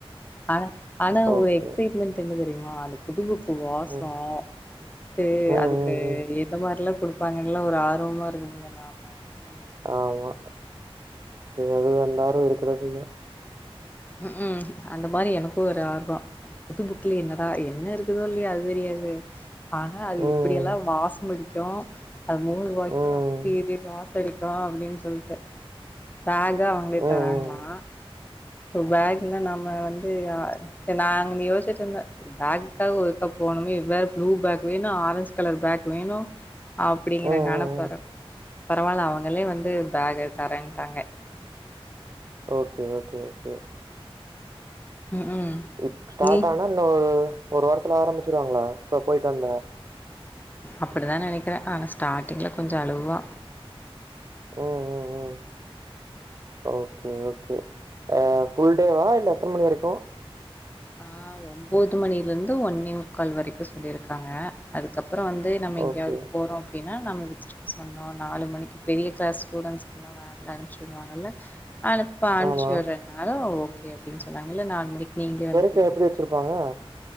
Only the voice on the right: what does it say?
ஓகே
ம்
ம்
ம் ம்
ஆமா
எது வந்தாலும் சரிய
ம் ம்
ம்
ம்
ம்
ஓகே ஓகே ஓகே
இக் ஸ்டார்ட்
ஆனா இன்னு ஒரு ஒரு வாரத்துல ஆரம்மிச்சிருவாங்களா இப்ப போயட்டு வந்தா
ஊம் உமுமமு ஓகே ஓகே ஃபுல்டேவா இல்ல எத்தன மணி வரைக்கும்
ஓகே
ஆமா
இப்ப எப்டி வச்சிருகோம் ஆ